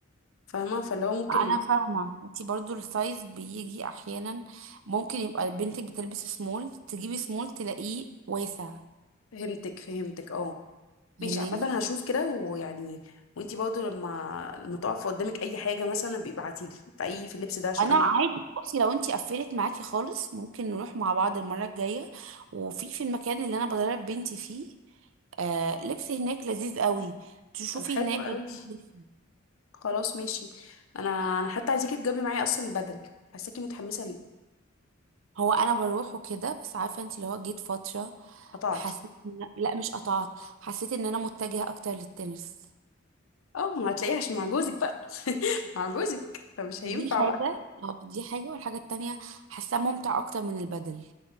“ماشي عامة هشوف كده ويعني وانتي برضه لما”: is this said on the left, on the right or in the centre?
Left